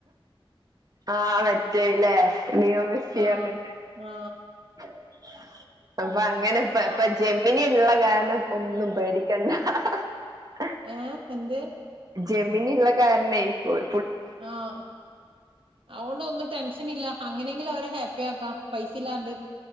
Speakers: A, on the right; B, on the right.
A: ആഹ മെറ്റല്ലേ? മിയ ബസ് ചെയർന്നട്ട്.
B: ആ ആ
A: <unintelligible> അപ്പൊ അങ്ങനെ ഇപ്പ
B: ആ
A: ജമിനി ഇ ഉള്ള കാലം ഒന്നും പേടിക്കണ്ട. <unintelligible>
B: ഏ എന്ത്?
A: ജമീനള്ള കാരണേ ഓയ
B: ആഹ അതൊണ്ട ഒന്ന് ടെൻസ് അങ്ങനില്ല അങ്ങനെയെങ്കിലും അവരെ ഹാ <unintelligible> ആക്കാം പൈസ ല്ലാണ്ട്